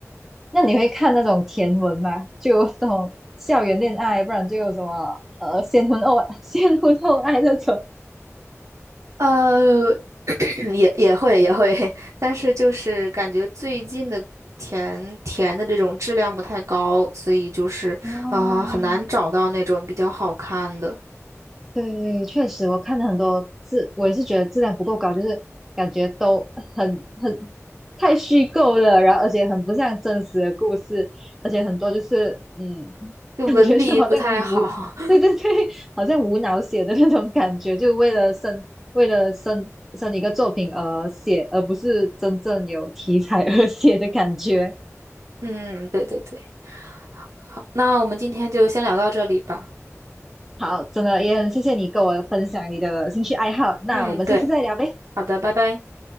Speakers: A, in the centre; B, on the right.
A: 那你会看那种甜文吗？就那种校园恋爱，不然就有什么呃先婚后 <laughs> 先婚后 <laughs> 爱那种。
B: 呃，嗯也也会也会，<laughs> 但是就是感觉最近的甜填的这种质量不太高，所以就是啊、
A: 啊。
B: 呃很难找到那种比较好看的，
A: 对，确实，我看了很多质，我也是觉得质量不够高，就是感觉都很很太虚构了，然后而且很不像真实的故事，而且很多就是嗯，
B: 就文笔不太好。
A: 感觉就好像无，
B: <laughs>
A: 对对对，好像无脑写的那种感觉，就为了生为了生生一个作品而写，而不是真正有题材而写的感觉。
B: 嗯，对对对，好，那我们今天就先聊到这里吧。
A: 好，真的也很谢谢你跟我分享你的兴趣爱好，那我们下次再聊呗，
B: 嗯，对，好的，拜拜。